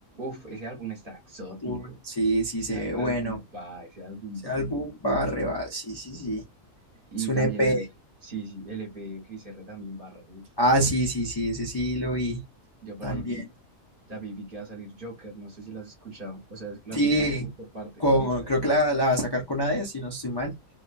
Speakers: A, on the right; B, on the left.
A: Uf, ese álbum está exótico.
B: Uh, sí, sí,
A: Ese
B: se
A: au-
B: ve bueno.
A: álbum va, ese álbum
B: Ese
A: va.
B: álbum va re va, sí, sí, sí.
A: Y
B: Es un
A: también
B: EP.
A: el, sí, sí, el E P de Cris R también va re duro.
B: Ah, sí, sí, sí, ese sí lo vi
A: Yo por
B: también.
A: ahí vi, David vi que va a salir Joker, no sé si la has escuchado. O sea, la
B: Sí,
A: filtraron como por partes.
B: con,
A: Esa,
B: creo
A: esa.
B: que la, la va a sacar con AD, si no estoy mal.